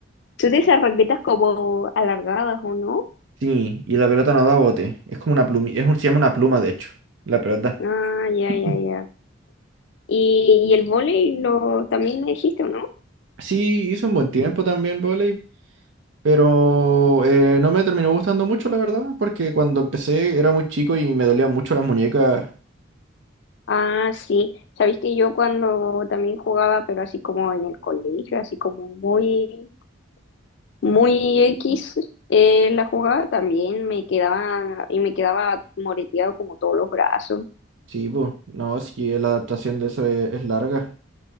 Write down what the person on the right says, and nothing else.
Sí, y la pelota no da bote. Es como una pluma, es un, se llama una pluma de hecho, la pelota.
Mm.
Sí, hizo un buen tiempo también vóley, pero eh, no me terminó gustando mucho, la verdad, porque cuando empecé era muy chico y me dolían mucho las muñecas.
Sí, pues, no, sí, la adaptación de eso es, es larga.